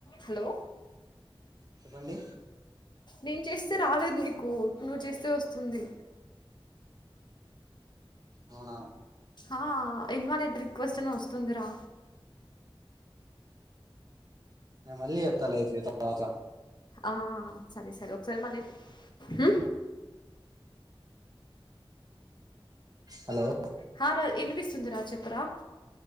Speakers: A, on the left; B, on the right.
A: Hello
B: చెప్పండి
A: నిన్ చేస్తే రాలేదు నీకు నువ్వు చేస్తే వస్తుంది
B: అవునా
A: ఆ ఇన్వాలీడ్ రిక్వెస్ట్ అని వస్తుందిరా
B: నేను మళ్ళీ జేత్తాలే అయితే తరవాత
A: ఆ సరే సరే ఒకసారి మళ్ళీ హు
B: హలో
A: హా రా ఇనిపిస్తుంది రా చెప్పరా